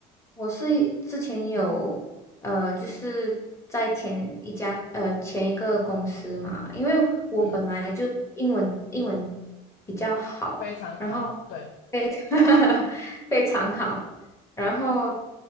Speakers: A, on the left; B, on the left.
A: 我是之前有呃，就是在前一家呃前一个公司嘛，因为我本来就英文英文比较好，
B: 嗯，非常好，
A: 然后
B: 对，
A: 非 <laughs> 非常好，然后